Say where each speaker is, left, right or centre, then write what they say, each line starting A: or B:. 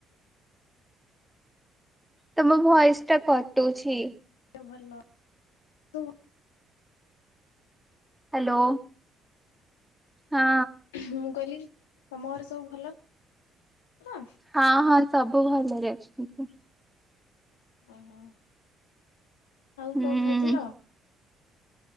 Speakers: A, in the centre; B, on the left.
A: ତମ ଭଏସ୍ ଟା କଟୁଛି।
B: ଭଲ ତ
A: ହ୍ୟାଲୋ ହଁ
B: ମୁଁ କହିଲି ତମ ଘରେ ସବୁ ଭଲ ତ
A: ହଁ ହଁ ସବୁ ଭଲରେ ଅଛନ୍ତି।
B: ଓହୋ ଆଉ
A: ହୁଁ
B: କଣ ଖାଇଥିଲ?